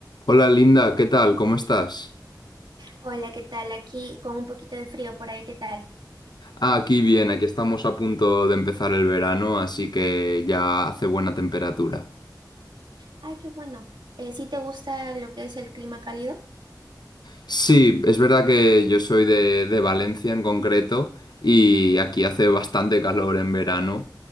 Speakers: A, on the left; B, on the right.
A: Hola Linda, ¿qué tal? ¿Cómo estás?
B: Hola, ¿qué tal? Aquí con un poquito de frío por ahí, ¿qué tal?
A: Ah, aquí bien, aquí estamos a punto de empezar el verano, así que ya hace buena temperatura.
B: Ay, qué bueno. Eh, ¿sí te gusta lo que es el clima cálido?
A: Sí, es verdad que yo soy de, de Valencia en concreto y aquí hace bastante calor en verano,